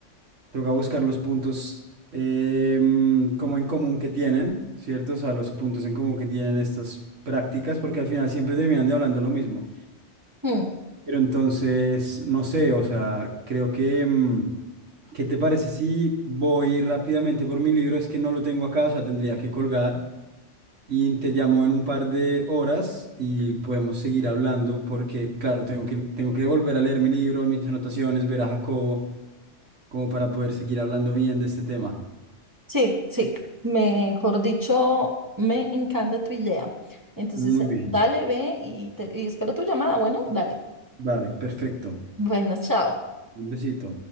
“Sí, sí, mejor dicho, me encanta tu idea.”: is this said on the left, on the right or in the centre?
Right